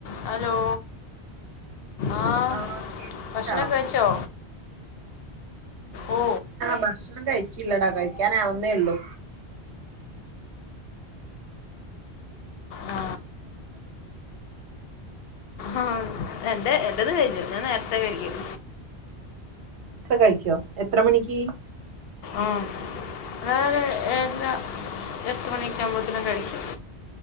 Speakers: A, on the left; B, on the right.
A: Hello. ആ
B: ആഹ് കേക്ക്ണ്ടോ
A: ബഷാനെക്കേ കഴിച്ചോ ഓ
B: ബക്ഷണം കഴിച്ചില്ലാടാ കഴി ഴിക്കാൻ ആവുന്നേ ഒള്ള
A: ആ ആ എന്റെ എന്റെത് കഴിഞ്ഞു ഞാൻ നേരത്തെ കഴിക്കും
B: രത്തേ കയിക്കോ എത്ര മണിക്ക്
A: ആ വേറെ എന്നാ എട്ട്മണിയെക്കെ ആവുമ്പാത്തേന് കഴിക്കും